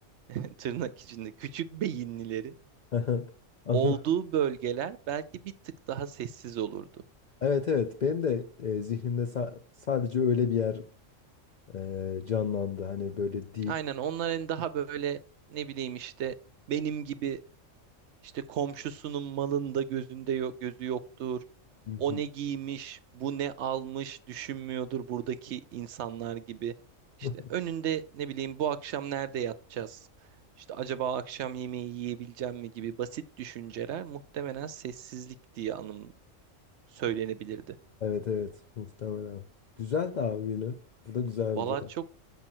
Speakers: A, on the right; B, on the left.
A: <laughs> tırnak içinde küçük beyinlilerin
B: <laughs> Anladım.
A: olduğu bölgeler belki bir tık daha sessiz olurdu.
B: Evet evet benim de e, zihnimde sa- sadece öyle bir yer e, canlandı. Hani böyle deep.
A: Aynen onların daha böyle ne bileyim işte benim gibi işte komşusunun malında gözünde yok gözü yoktur.
B: Hı hı.
A: O ne giymiş, bu ne almış düşünmüyordur buradaki insanlar gibi. İşte
B: <laughs>
A: önünde ne bileyim bu akşam nerede yatacağız? İşte acaba akşam yemeği yiyebileceğim mi gibi basit düşünceler muhtemelen sessizlik diye anım söylenebilirdi.
B: Evet evet muhtemelen. Güzel de abi yine. Bu da güzel
A: Valla
B: bir cevap.
A: çok